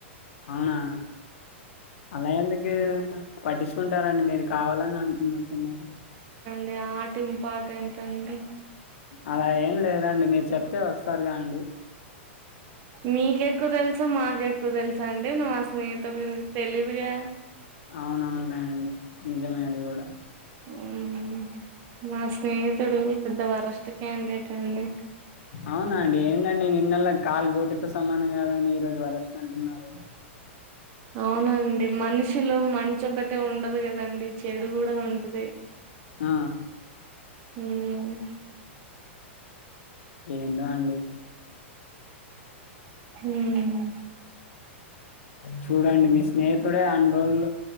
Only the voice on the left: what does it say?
అవునా అలా ఎందుకి పట్టించుకుంటారండి మీరు కావాలని అంటున్అన్నట్టుఉన్నారు
అలా ఏం లేదండి మీరు చెప్తే వస్తారు రాండి
అవునవునులేనండి నిజమే అది కూడా
అవునా అండి ఏందండి నిన్నెల కాళీ గోటితో సమానం కదా ఈరోజు వరస్ట్ అంటున్నారు
ఆ
ఏందో అండి
చూడండి మీ స్నేహితుడే అన్ని రోజులు